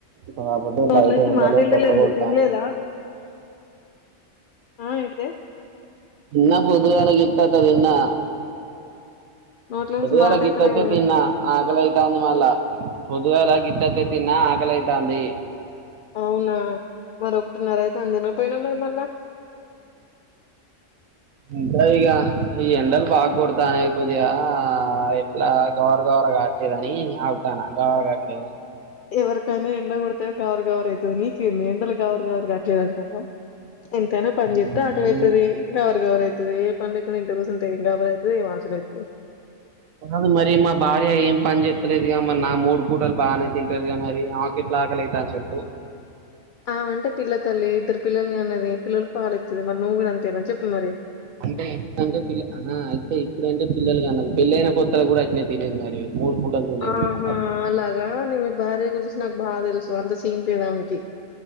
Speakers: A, on the right; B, on the left.
A: కాబోతే
B: నోట్ల
A: బయట
B: నుంచి
A: ఉండలే
B: మాట ఎళ్తలేదండి
A: తొక్క పుడుతావుంది
B: తినలేదా ఆ ఏంటిదే
A: తిన్న బొద్దుగాల గిత్తత్త తిన్నా
B: నోట్ల
A: పొద్దుగాల
B: నుంచి మాట
A: గిత్తతే
B: ఎళ్తలేదండి
A: తిన్న ఆకలైతాంది మళ్ల పొద్దుగాల గిత్తత్తే తిన్నా ఆకలైతాంది
B: అవునా మరీ ఒకటిన్నర అయితాంది తిన పోయినవ్ మరి మళ్ల
A: ఇంట్ల ఇగా ఈ ఎండలు బాగ కొడతానై కొద్దిగా ఎట్లా గవర గవర కావట్లేదని ఆగుతాన్న గవర కావట్లేదని
B: ఎవరికైనా ఎండ కొడితే గవర గవర అయితది, నీకేంది ఎండలు గవర గవర్ కావట్లేదంటాన్నవ్ ఎంతైన
A: కావట్లేదని
B: పంజేత్తె ఆకలైతది గవర గవర అయి ఏ పని లేకున్నా ఇంట్ల కూసుంటే గాబర అయితది ఏం ఆకలి అయితది
A: కాదు మరి మా భార్య ఏం పని చేత్తలేదుగా మరి నా మూడు పూటలు బాగనే తింటది గా మరి ఆమెకెట్లా ఆకలైతాంది చెప్పు
B: ఆమే అంటే పిల్ల తల్లి, ఇద్దరు పిల్లల్నీ కన్నది, పిల్లలకు పాలు ఇత్తది మరి, నువ్వు కూడ అంతేనా చెప్పు మరీ.
A: అంటే అంటే పిల్ల అహా అయితే ఇప్పుడంటే పిల్లలు కాన పెళ్ళైన కొత్తల గూడ ఇట్నే తినేది మరి మూడు పూటలు తినేది
B: ఆహా
A: అప్పుడు
B: అలాగా ని మీ భార్య గురించి నాకు బాగా తెలుసు అంత సీన్ పోయేదానికి